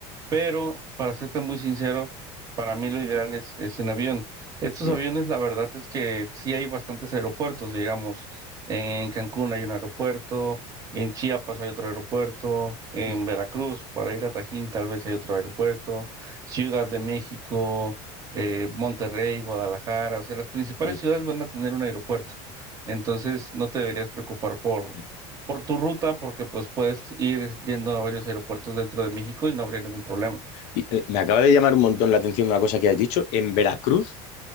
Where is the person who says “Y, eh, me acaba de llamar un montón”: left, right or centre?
Left